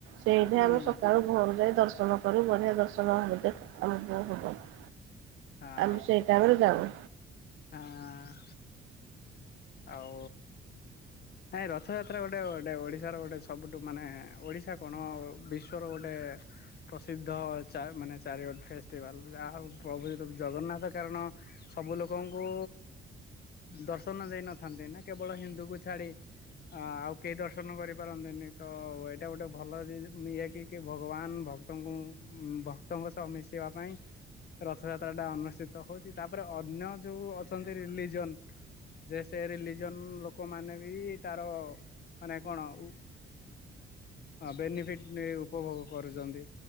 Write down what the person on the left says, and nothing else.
ହୁଁ
ହଁ
ହଁ, ଆଉ। ନାଇଁ ରଥଯାତ୍ରା ଗୋଟେ ଗୋଟେ ଓଡ଼ିଶାର ଗୋଟେ ସବୁଠୁ ମାନେ ଓଡ଼ିଶା କଣ ବି ବିଶ୍ୱର ଗୋଟେ ପ୍ରସିଦ୍ଧ ଚା ମାନେ ଚାରିଆଡୁ ଫେଷ୍ଟିଭାଲ୍ ଯାହାହଉ ପ୍ରଭୁ ଜଗନ୍ନାଥ କାରଣ ସବୁ ଲୋକଙ୍କୁ ଦର୍ଶନ ଦେଇନଥାନ୍ତି ନା କେବଳ ହିନ୍ଦୁ କୁ ଛାଡ଼ି। ଆଉ କେହି ଦର୍ଶନ କରିପାରନ୍ତିନି ତ ଏଇଟା ଗୋଟେ ଭଲ ମିଆଟି କେ ଭଗବାନ୍ ଭ ଭକ୍ତଙ୍କୁ ଭକ୍ତଙ୍କ ସହ ମିଶିବା ପାଇଁ। ରଥଯାତ୍ରା ଟା ଅନୁଷ୍ଠିତ ହଉଛି ତାପରେ ଅନ୍ୟ ଯୋଉ ଅଛନ୍ତି ରିଲିଯନ୍ ଯେ ସେ ରିଲିଜନ୍ ଲୋକ ମାନେ ବି ତାର ମାନେ କଣ ଉ ବେନିଫିଟ୍ ନେଇ ଉପଭୋଗ କରୁଛନ୍ତି?